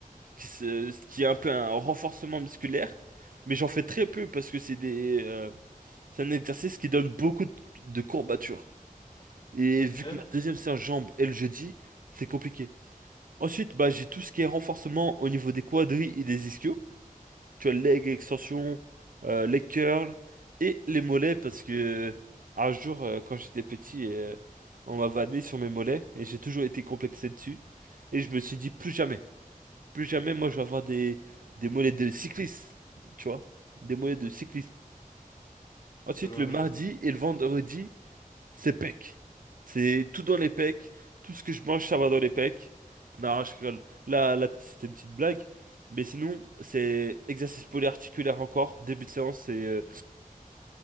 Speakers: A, on the right; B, on the left.
A: qui se- ce qui est un peu un renforcement musculaire, mais j'en fais très peu parce que c'est des, euh, c'est un exercice qui donne beaucoup de, de courbatures. Et
B: Ok,
A: vu
B: ouais,
A: que ma deuxième séance jambe est le jeudi, c'est compliqué. Ensuite, bah, j'ai tout ce qui est renforcement au niveau des quadris et des ischios. Tu as leg extension, euh, leg curl et les mollets parce que euh, un jour, euh, quand j'étais petit, euh, on m'a vanné sur mes mollets et j'ai toujours été complexé dessus. Et je me suis dit plus jamais. Plus jamais, moi, je vais avoir des, des mollets de cycliste, tu vois? Des mollets de cycliste. Ensuite,
B: je vois,
A: le mardi
B: je vois.
A: et le vendredi, c'est pecs. C'est tout dans les pecs. Tout ce que je mange, ça va dans les pecs. Non, je rigole. Là, la petite c'était une petite blague. Mais sinon, c'est exercice polyarticulaire encore. Début de séance, c'est euh,